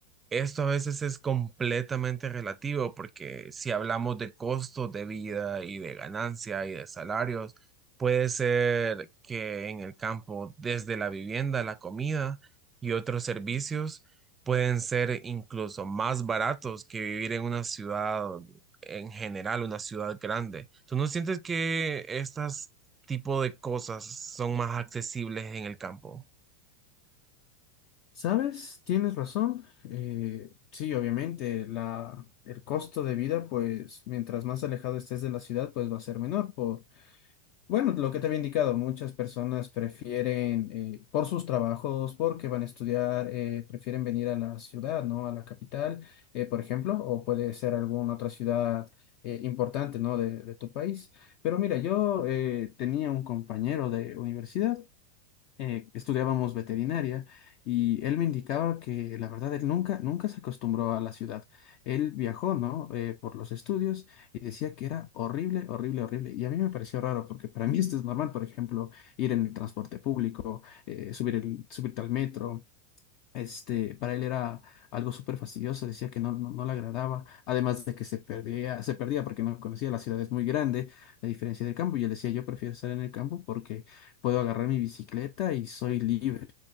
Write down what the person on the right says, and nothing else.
esto a veces es completamente relativo porque si hablamos de costos de vida y de ganancia y de salarios, puede ser que en el campo, desde la vivienda, la comida y otros servicios, pueden ser incluso más baratos que vivir en una ciudad en general, una ciudad grande. ¿Tú no sientes que estas tipo de cosas son más accesibles en el campo?